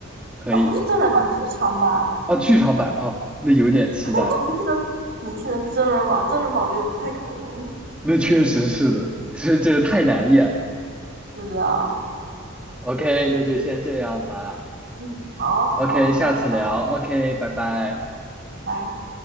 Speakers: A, in the centre; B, on the right.
A: 可以
B: 啊，不是真人版，剧场版。
A: 啊，剧场版啊，那有点期待
B: <laughs> 你听的你听的真人版，真人版我觉得不太可能。
A: 那确实是的，这这太难演。
B: 是啊，
A: OK，那就先这样吧。
B: 嗯，好好，
A: OK，下次聊。
B: 拜拜
A: OK，拜拜。
B: 拜。